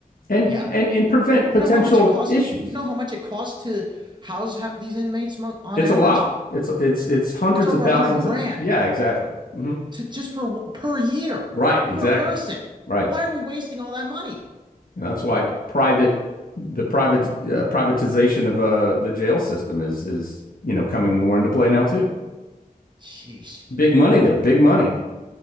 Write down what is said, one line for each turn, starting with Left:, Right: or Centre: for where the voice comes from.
Left: and
Right: Yeah.
Left: and and prevent potential
Right: You know how much it costs?
Left: issues.
Right: You know how much it costs to house ha- these inmates mo- on
Left: It's
Right: average?
Left: a lot. It's it's it's hundreds
Right: It's over
Left: of thousands
Right: a hundred grand.
Left: of yeah, exactly. hmm
Right: to just for per year
Left: Right, exactly.
Right: per person.
Left: Right,
Right: Why are we wasting all that money?
Left: and that's why private the private uh, privatization of uh, the jail system is is you know coming more into play now too.
Right: Jeez,
Left: Big money there, big money.